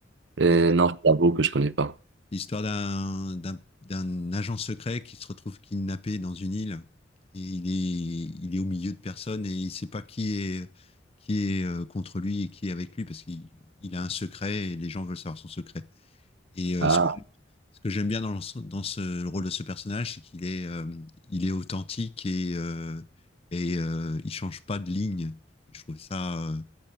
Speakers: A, on the right; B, on the left.
A: Euh,
B: Euh,
A: non, je t'avoue que je connais pas.
B: l'histoire d'un d'un d'un agent secret qui se retrouve kidnappé dans une île et il est il est au milieu de personnes et il sait pas qui est qui est euh, contre lui et qui est avec lui parce qu'il il a un secret et les gens veulent savoir son secret. Et euh,
A: Ah,
B: ce que j'aime- ce que j'aime bien dans, le- dans ce, le rôle de ce personnage, c'est qu'il est, euh, il est authentique et, euh, et euh, il change pas de ligne. Et je trouve ça euh,